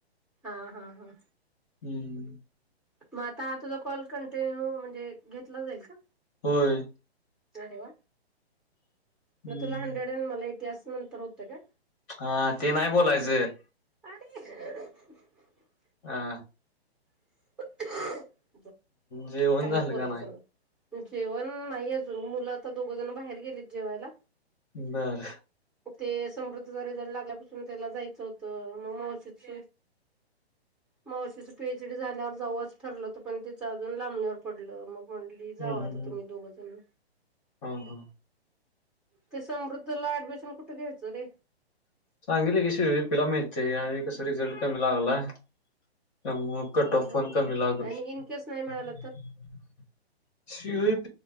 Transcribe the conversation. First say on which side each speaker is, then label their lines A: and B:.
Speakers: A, in the centre; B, on the left (about 30°).
A: हा हा हा
B: हम्म
A: म आ हा तुझ कॉल कंटिन्यू म्हणजे घेतला जाईल का
B: होय
A: अरे वा
B: हम्म
A: म तुला हंड्रेड अड मला ए इतिहास नंतर होतं का
B: हा ते नाही बोलायचें
A: आणि <unintelligible>
B: हा
A: <unintelligible>
B: जेवण
A: काहीच
B: झाल
A: बोलायचं
B: का न्हाय
A: नाही. जेवण नाही अजून मुलं आता दोघ जण बाहेर गेलीत जेवायला
B: बर
A: ते समृद्धचा रिझल्ट लागल्यापासू - त्याला जायचं होत मग मावशीच मावशीच पे- ल्यावर जाऊच ठरलं पण तिच अजून लांबणीवर पडलं मग म्हटली म जावा
B: हम्म हम्म
A: आता
B: हम्म
A: तुमी दोगजन
B: हा हा
A: त समृद्धला ऍडमिशन- कुठे घ्यायच रे
B: चांगली <unintelligible> पिला मिळतंय या वेळ कस रिझल्ट का मि लावलाय त्यामुळं कट
A: हा
B: ऑफ
A: हा
B: पण कमी लागल
A: आणि
B: <unintelligible>
A: इन केस नाही मिळालं